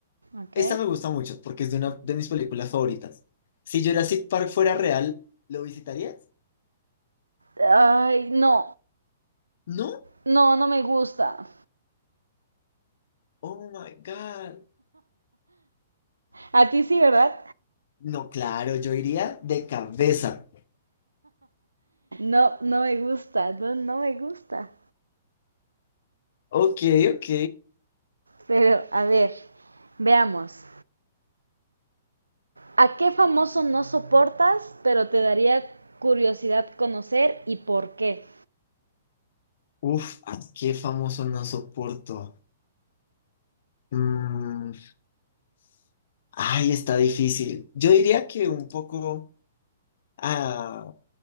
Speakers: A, on the right; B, on the left.
A: Ok.
B: Esta me gusta mucho porque es de una de mis películas favoritas. Si Jurassic Park fuera real, ¿lo visitarías?
A: Ay, no,
B: ¿No?
A: no, no me gusta.
B: Oh my God.
A: A ti sí, ¿verdad?
B: No, claro, yo iría de cabeza.
A: No, no me gusta, no, no me gusta.
B: Ok, ok.
A: Pero, a ver, veamos. ¿A qué famoso no soportas, pero te daría curiosidad conocer y por qué?
B: Uf, ¿a qué famoso no soporto? Mm, ay, está difícil. Yo diría que un poco a